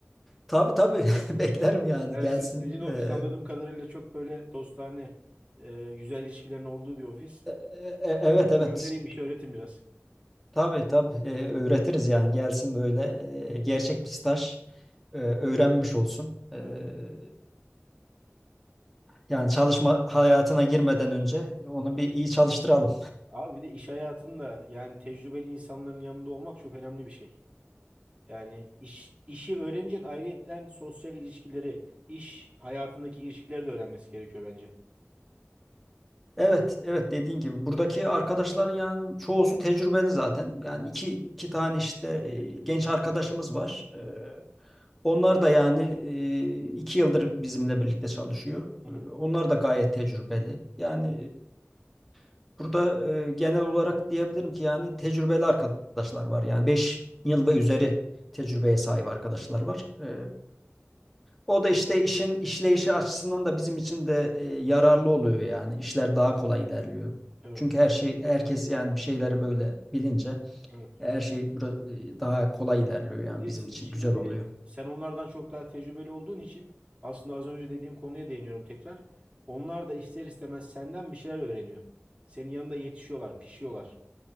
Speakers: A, in the centre; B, on the right.
A: tabii tabii <laughs> beklerim yani
B: Yani
A: gelsin.
B: siz- sizin ofis
A: E,
B: anladığım kadarıyla çok böyle dostane, e, güzel ilişkilerin olduğu bir ofis.
A: E- e- e, Evet evet
B: Göndereyim işi öğretin biraz.
A: tabii tabii E, öğretiriz yani gelsin böyle e, gerçek bir staj e, öğrenmiş olsun. E,
B: Evet.
A: yani çalışma hayatına girmeden önce onu bir iyi çalıştıralım.
B: Abi bir de iş hayatında yani tecrübeli insanların yanında olmak çok önemli bir şey. Yani iş, işi öğrenecek ayrıyetten sosyal ilişkileri, iş hayatındaki ilişkileri de öğrenmesi gerekiyor bence.
A: Evet, evet dediğin gibi buradaki arkadaşların yani çoğusu tecrübeli zaten. Yani
B: Hı hı,
A: iki iki tane işte e, genç arkadaşımız var. E, Onlar da yani e, iki yıldır bizimle birlikte çalışıyor.
B: hı
A: E,
B: hı,
A: Onlar da gayet tecrübeli. Yani e, burada e, genel olarak diyebilirim ki yani tecrübeli arkadaşlar var. Yani 5 yıl ve üzeri tecrübeye sahip arkadaşlar
B: hı.
A: var. E, o da işte işin işleyişi açısından da bizim için de e, yararlı oluyor yani. İşler daha kolay ilerliyor.
B: Evet,
A: Çünkü her şey herkes yani bir şeyleri böyle bilince
B: evet.
A: e, her şey bira- e, daha kolay ilerliyor yani
B: Bir
A: bizim
B: de siz
A: için
B: şimdi
A: güzel oluyor.
B: sen onlardan çok daha tecrübeli olduğun için aslında az önce dediğim konuya değiniyorum tekrar. Onlar da ister istemez senden bir şeyler öğreniyor. Senin yanında yetişiyorlar, pişiyorlar.